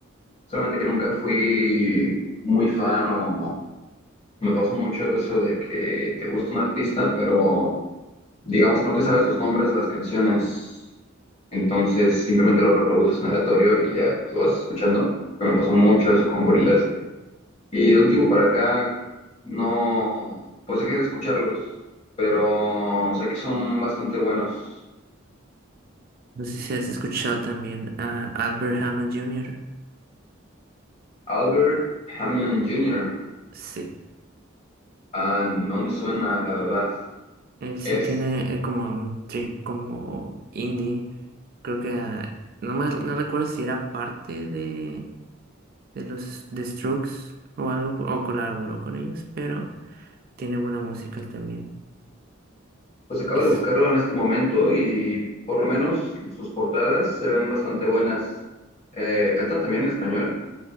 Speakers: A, on the left; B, on the right.
A: Solamente que nunca fui muy fan o me pasó mucho eso de que te gusta un artista, pero digamos que no te sabes los nombres de las canciones. Entonces simplemente lo reproduces en aleatorio y ya pues, lo vas escuchando. Que me pasó mucho eso con Gorillaz. Y de un tiempo para acá no, pues dejé de escucharlos, pero sé que son bastante buenos.
B: No sé si has escuchado también a Albert Hammond Jr.
A: Albert Hammond Jr.
B: Sí.
A: Ah, no me suena, la verdad.
B: Él sí
A: Es,
B: tiene eh, como un trip como indie. Creo que ah, no me no recuerdo si era parte de, de los de Strokes o algo por- o colaboró con ellos, pero tiene buena música también.
A: pues acabo
B: Es
A: de buscarlo en este momento y por lo menos sus portadas se ven bastante buenas. Eh, canta también en español.